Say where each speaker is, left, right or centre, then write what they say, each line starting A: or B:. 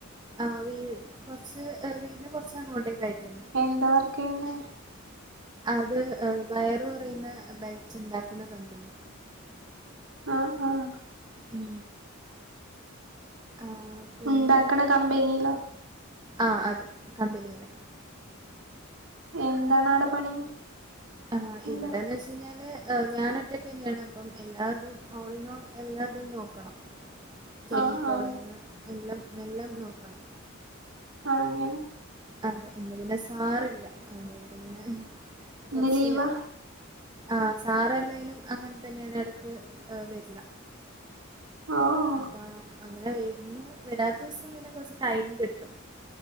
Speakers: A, on the right; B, on the right.
A: ആഹ് വീ കുറച്ച് വീട്ടിന്റെ കുറച്ച് അങ്ങോട്ടേക്ക ആയിട്ടന്നെ
B: എന്ത് വർക്ക് ചെയ്യന്ന്?
A: അത് വയറ് കുറയുന്ന ബെൽറ്റ് ഉണ്ടാക്കുന്ന കമ്പനി.
B: ആഹ് ആഹ്
A: ഉം ആ പിന്നെ
B: ഉണ്ടാക്കണ കമ്പനിയിലോ
A: ആഹ് അതെ കമ്പനീല്
B: എന്താണ് അവിടെ പണി?
A: ആഹ്
B: എന്താ
A: ഇവിടെന്ന് വെച്ച് കഴിഞ്ഞാല് ഞാൻ ഒറ്റക്കന്നെണ് അപ്പം എല്ലാതും ഓളിനോൾ എല്ലാതും നോക്കണം ടെലി
B: ആഹ്
A: കാളിങ്ങ്
B: ആഹ്
A: എല്ലാം എല്ലാം നോക്കണം
B: ആഹ് അങ്ങനെ
A: അതെ ഇന്ന് പിന്നെ സാറില്ല അതിനൊണ്ടിങ്ങനെ കൊറച്ച്
B: ഇന്ന് ലീവാ
A: ആഹ് സാറല്ലെങ്കിലും അങ്ങനെ തന്നെയാണ് ഇടക്ക് വരില്ല.
B: ആഹു
A: അപ്പ അങ്ങനെ വര്ന്നെ വരാത്ത ദിവസം പിന്നെ കുറച്ച് ടൈം കിട്ടും